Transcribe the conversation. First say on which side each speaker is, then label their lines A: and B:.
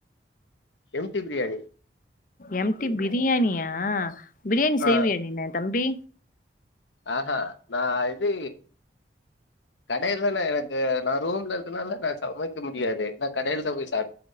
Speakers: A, on the left (about 80°); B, on the left (about 45°).
A: எம்டி பிரியாணி
B: எம்டி பிரியாணியா பிரியாணி
A: ஆ
B: செய்வியா நீனு தம்பி
A: ஆஹ நா இது கடைலானே நா ரூம்ல இருக்கறனால நா சமைக்க முடியாது நா கடையல தா போய் சாப்